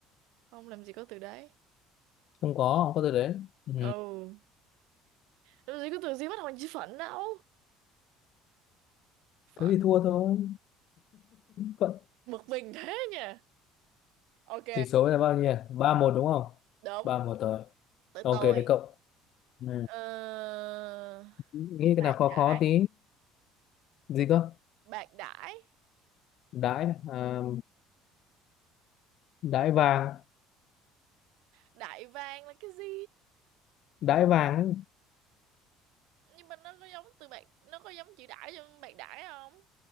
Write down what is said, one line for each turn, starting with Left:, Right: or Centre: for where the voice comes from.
Right: không làm gì có từ đấy
Left: không có không có từ đấy ừ.
Right: ừ làm gì có từ gì bắt đầu bằng chữ phận đâu phận
Left: thế thì thua thôi phận
Right: bực mình thế nha ok
Left: tỷ số là bao nhiêu nhỉ? ba một đúng không
Right: đúng
Left: ba một rồi
Right: tới
Left: ok
Right: tôi
Left: đấy cậu ừ.
Right: Ờ,
Left: nghĩ
Right: bạc
Left: cái nào khó
Right: đãi
Left: khó tí gì cơ
Right: bạc đãi
Left: đãi à, đãi vàng
Right: đại vàng là cái gì
Left: đãi vàng ấy.
Right: nhưng mà nó có giống từ bạc nó có giống chữ đãi trong bạc đãi không